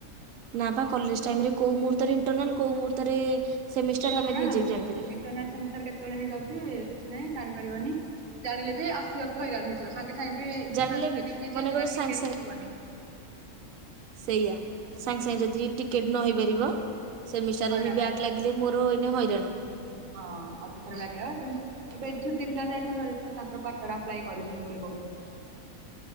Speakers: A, on the right (about 75°); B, on the right (about 40°).
A: ନା ପା କଲେଜ ଟାଇମ ରେ କୋଉ ମୁହୂର୍ତ୍ତରେ ଇଣ୍ଟରନାଲ କୋଉ ମୁହୂର୍ତ୍ତରେ ସେମିଷ୍ଟାର
B: ସେୟା
A: ତମେ
B: ପରା
A: ନିଜେ ବି ଜାଣିପାରିବନି
B: ଇଣ୍ଟରନାଲ ସେମିଷ୍ଟାର କେତେବେଳେ ହେଇଯାଉଚି କିଛି ନାଇଁ ଜାଣିପାରିବନି ଜାଣିଲେ ବି ଆସିବାକୁ ହଇରାଣ ହେଇଯିବ। ସାଙ୍ଗେ ସାଙ୍ଗେ ବି
A: ଜାଣିଲେ
B: ସାଙ୍ଗେ ସାଙ୍ଗେ ବି
A: ମନେକର
B: ଜେନେରାଲ
A: ସାଙ୍ଗେ
B: ଟିକେଟ ମିଳିିଵନି।
A: ସେଇଆା ସାଙ୍ଗେ ସାଙ୍ଗେ ଯଦି ଟିକେଟ ନହଇ ପାରିବ ସେମିଷ୍ଟାର
B: ହଇରାଣ
A: ରେ ଏଣି ବ୍ୟାକ
B: ବା
A: ଲାଗିଲେ ମୋର ଏଇନେ ହଇରାଣ।
B: ହଁ ଅଯଥାରେ ବ୍ୟାକ ଲାଗିବ ସେମିତି ଏବେ ସେ ପିଲା ଯାଇଥାନ୍ତା ଭାରୀ ତାଙ୍କର କ୍ୱାର୍ଟର ଆପଲାୟ କରିଛନ୍ତି ବୋଲି କହୁଥିଲେ।